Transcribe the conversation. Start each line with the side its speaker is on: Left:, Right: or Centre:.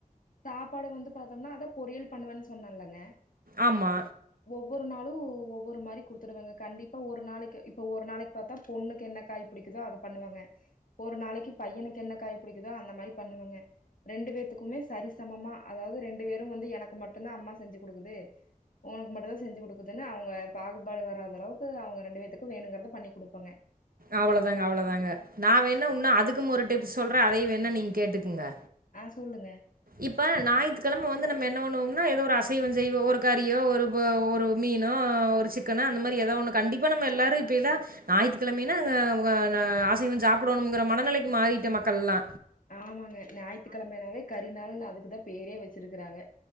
Left: சாப்பாடு வந்து பாத்தம்னா அதா பொறியல் பண்ணுவேன் சொன்னல்லங்க
Right: ஆமா
Left: ஒவ்வொரு நாளு ஒவ்வொரு மாரி குடுத்துருவங்க கண்டிப்பா ஒரு நாளைக்கு இப்ப ஒரு நாளைக்கு பாத்தா பொண்ணுக்கு என்ன காய் புடிக்குதோ அத பண்ணுவேங்க ஒரு நாளைக்கு பையனுக்கு என்ன காய் புடிக்குதோ அந்த மாரி பண்ணுவேங்க ரெண்டு பேத்துக்குமே சரி சம சமமா அதாது ரெண்டு பேரு வந்து எனக்கு மட்டுந்தா அம்மா செஞ்சு குடுக்குது உனக்கு மட்டுந்தான் செஞ்சு குடுக்குதுனு அவுங்க பாகுபாடு வராத அளவுக்கு அவுங்க ரெண்டு பேத்துக்கு வேணுங்கறத பண்ணி குடுப்பங்க
Right: அவள தாங்க அவள தாங்க நா வேண்னா இன்னு அதுக்கு ஒரு டிப்ஸ் சொல்ற அதையு வேண்னா நீங்க கேட்டுக்குங்க
Left: ஆ சொல்லுங்க
Right: இப்ப ஞாயித்துக்கெழம வந்து நம்ம என்ன பண்ணுவோம்னா எதோ ஒரு அசைவோ செய்வோ ஒரு கறியோ ஒரு இப்போ ஒரு மீனோ ஒரு சிக்கனோ அந்த மாரி எதாவொண்ணு கண்டிப்பா நம்ம எல்லாரு இப்பெதா ஞாயித்துக்கெழமைன்னா வ அ நா அசைவோ சாப்டோணுங்குற மனநிலைக்கு மாறிட்ட மக்கள்லா
Left: ஆமாங்க ஞாயித்துக்கெழமையானாவே கரிநாள் அதுக்குதா பேரே வச்சிருக்குறாங்க